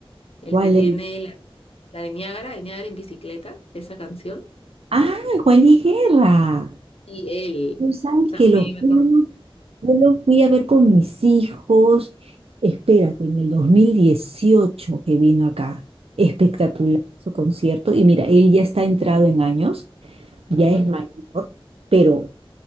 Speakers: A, on the left; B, on the right.
A: el
B: ¿Cuál
A: que tiene
B: es?
A: la, la de Niágara, el Niágara en bicicleta, esa canción.
B: Ah, Juan Luis Guerra.
A: Y él
B: Tú sabes
A: también
B: que lo
A: me
B: fuimos,
A: acuerdo.
B: yo lo fui a ver con mis hijos, espérate, en el 2018 que vino acá. Espectacular su concierto. Y mira, él ya está entrado en años ya
A: Ujú.
B: es mayor, pero